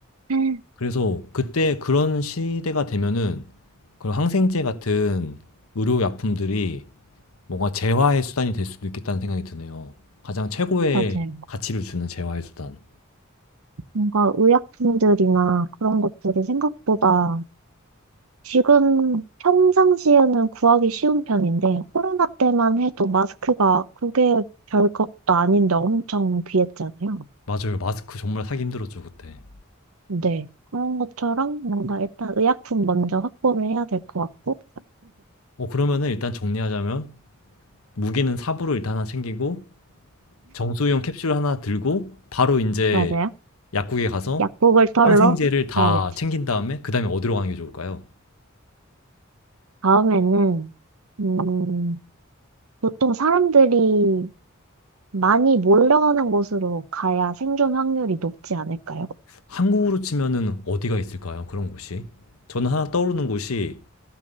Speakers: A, on the right (about 80°); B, on the left (about 80°).
A: 음,
B: 그래서 그때 그런 시대가 되면은 그런 항생제 같은 의료약품들이 뭔가 재화의 수단이 될 수도 있겠다는 생각이 드네요. 가장 최고의
A: 맞아요.
B: 가치를 주는 재화의 수단.
A: 뭔가 의약품들이나 그런 것들이 생각보다 지금 평상시에는 구하기 쉬운 편인데 코로나 때만 해도 마스크가 그게 별것도 아닌데 엄청 귀했잖아요.
B: 맞아요. 마스크 정말 사기 힘들었죠, 그때.
A: 네. 그런 것처럼 뭔가 일단 의약품 먼저 확보를 해야 될 것 같고
B: 어, 그러면은 일단 정리하자면 무기는 삽으로 일단 하나 챙기고 정수용 캡슐 하나 들고 바로 이제
A: 맞아요.
B: 약국에 가서
A: 약국을 털러
B: 항생제를 다
A: 가야겠죠.
B: 챙긴 다음에 그 다음에 어디로 가는 게 좋을까요?
A: 다음에는 음, 보통 사람들이 많이 몰려가는 곳으로 가야 생존 확률이 높지 않을까요?
B: 한국으로 치면은 어디가 있을까요? 그런 곳이? 저는 하나 떠오르는 곳이